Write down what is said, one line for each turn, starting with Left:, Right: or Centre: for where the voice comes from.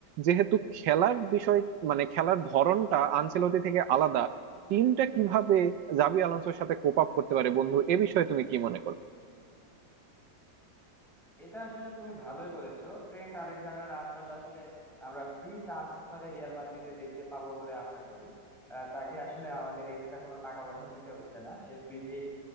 Right: যেহেতু খেলার বিষয় মানে খেলার ধরনটা আনচেলতি থেকে আলাদা টিমটা কিভাবে জাভি আলোনসোর সাথে কোপ আপ করতে পারে বন্ধু এ বিষয়ে তুমি কি মনে করো
Centre: এটা আসলে তুমি ভালোই বলেছো ট্রেন্ট আলেকজান্ডার আর্নল্ড আসলে আমরা ফ্রি ট্রান্সফারে রিয়াল মাদ্রিদে দেখতে পাবো বলে আশা করি আহ, তাকে আসলে আমাদের এক্সট্রা কোনো টাকা পয়সা দিতে হচ্ছে না সে ফ্রিতেই